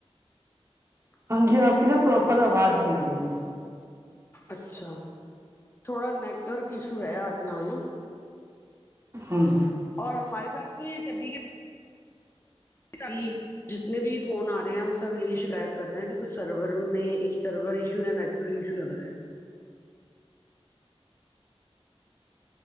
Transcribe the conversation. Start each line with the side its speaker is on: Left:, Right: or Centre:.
Left: <inaudible>
Right: ہاں جی آپ کی نا پروپر آواز نہیں آ رہی ہے مجھے
Left: اچھا تھوڑا نیٹورک ایشو ہے آج ہے نا
Right: ہمم
Left: اور ہمارے ساتھ ہی سبھی کے جی جتنے بھی فون آ رہے ہیں وہ سب یہی شکایت کر رہے ہیں کہ کچھ سرور میں سرور ایشو ہے نیٹ سرور ایشو لگ رہا ہے